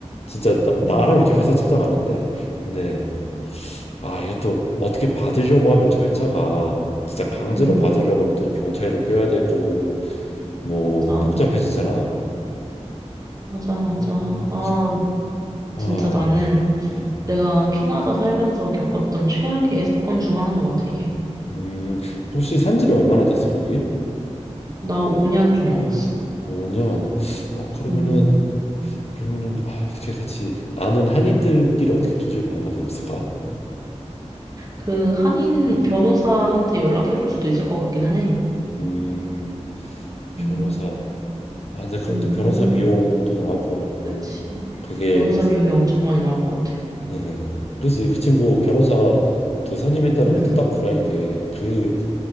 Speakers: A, on the left; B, on the right.
A: 진짜 나,
B: 어,
A: 나라면 이제 회사 찾아가는데 근데 아 이것도 어떻게 받으려고 하면 절차가 진짜 강제로
B: 음.
A: 받으려고 하면 또 경찰도 껴야 될 거고 뭐
B: 자.
A: 복잡해지잖아.
B: 맞아, 맞아.
A: 음.
B: 아,
A: 아,
B: 진짜 나는
A: 음,
B: 내가 캐나다 살면서 겪었던 최악의 사건 중 하나인 것 같아, 이게.
A: 음, 혹시 산지는 얼마나 됐어 거기?
B: 나 5년 좀 넘었어.
A: 5년. 아 그러면은
B: 음,
A: 그러면은 아 어떻게 같이 아는 한인들끼리 어떻게 조질 방법이 없을까?
B: 그 한인 변호사한테 연락해 볼 수도 있을 것 같기는 해.
A: 음, 변호사.
B: 음,
A: 아, 근데 그럼
B: 음,
A: 또 변호사
B: 그,
A: 비용 또 나올 것 같고,
B: 그치.
A: 그게,
B: 변호사
A: 이제-
B: 비용이 엄청 많이 나올 것 같아.
A: 음, 그지. 그 친구 변호사 그 선임했다는
B: 음,
A: 것도 딱 구라인 게, 그,